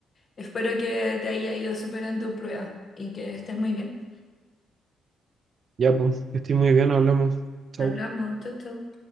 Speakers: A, on the left; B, on the right.
A: Espero que te haya ido súper en tu prueba y que estés muy bien.
B: Ya, pues, que estoy muy bien, hablamos. Chau.
A: Hablamos, chau, chau.